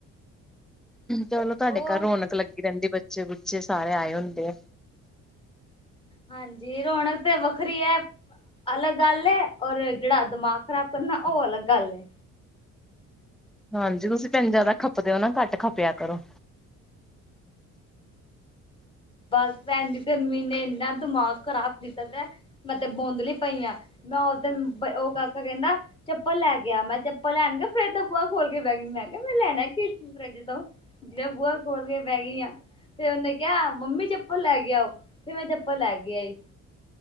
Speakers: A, in the centre; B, on the left.
A: ਚਲੋ ਤਾਡੇ
B: ਹੋਰ
A: ਘਰ ਰੌਣਕ ਲੱਗੀ ਲੱਗੀ ਰਹਿੰਦੀ ਬੱਚੇ- ਬੁੱਚੇ ਸਾਰੇ ਆਏ ਹੁੰਦੇ
B: ਹਾਂਜੀ, ਰੌਣਕ ਤੇ ਵੱਖਰੀ ਐ ਅਲੱਗ ਗੱਲ ਏ, ਔਰ ਜੇੜਾ ਦਿਮਾਗ ਖ਼ਰਾਬ ਕਰਨਾ ਉਹ ਅਲੱਗ ਗੱਲ ਏ
A: ਹਾਂਜੀ, ਤੁਸੀਂ ਭੈਣਜੀ ਜ਼ਾਦਾ ਖੱਪਦੇ ਓ ਨਾ, ਘੱਟ ਖੱਪਿਆਂ ਕਰੋ।
B: ਬਸ ਭੈਣ ਜੀ ਗਰਮੀ ਨੇ ਇੰਨਾ ਦਿਮਾਗ ਖ਼ਰਾਬ ਕੀਤਾ ਤੇ, ਮੈਂ ਤੇ ਬੌਂਦਲੀ ਪਈ ਆਂ ਮੈਂ ਉਹ ਦਿਨ, ਓ ਕਾਕਾ ਕਹਿੰਦਾ ਚੱਪਲ ਲੈ ਕੇ ਆ, ਮੈਂ ਚੱਪਲ ਲੈਣ ਗਈ, ਫੇਰ ਬੂਹਾ ਖੋਲ ਕੇ ਬਹਿ ਗਈ ਮੈਂ ਕਿਹਾ ਲੈਣਾ ਕੀ ਸੀ ਫਰਿੱਜ ਤੋਂ ਜਿਵੇਂ ਬੂਹਾ ਖੋਲ ਕੇ ਬਹਿ ਗਈ ਆ, ਫੇਰ ਉਹਨੇ ਕਿਆ, ਮੰਮੀ ਚੱਪਲ ਲੈ ਕੇ ਆਓ, ਫੇਰ ਮੈਂ ਚੱਪਲ ਲੈ ਕੇ ਆਈ